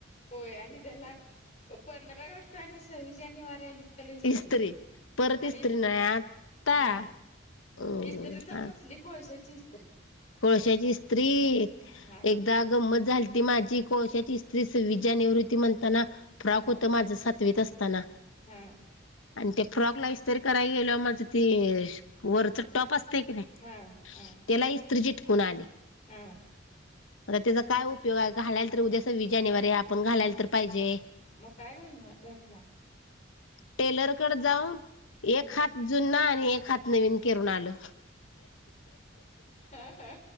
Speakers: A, on the left; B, on the left.
A: होय आणि त्याला पंधरा गस्ट आणि सव्वीस जानेवारी आली. कस्तरी
B: इस्त्री परत इस्त्री
A: आणिज
B: नाही आता
A: हा.
B: अ
A: इस्त्री तर कसली कोळशाचीत.
B: कोळशाची स्त्री
A: हा
B: एकदा गंमत झाली. माझी कोळशाची स्त्री स विज्या निवृत्ती म्हणताना फ्रॉक
A: हा
B: होत माझ सातवीत असताना.
A: हा.
B: आणि ते फ्रॉक लाईस तरी करायला गेल माझं ते वरच टॉप असते की नाही
A: हा हा
B: त्याला इ स्त्री चटकून आली.
A: हा.
B: मता त्याचा काय उपयोग आहे घालायला तर उद्या सव्वीस जानेवारी आपण घालायला तर पाहिजे.
A: मग काय घालणार घातला.
B: टेलरकड जाऊन.
A: हा
B: एक हात जुना आणि एक हात नवीन करून आल.
A: हा हा.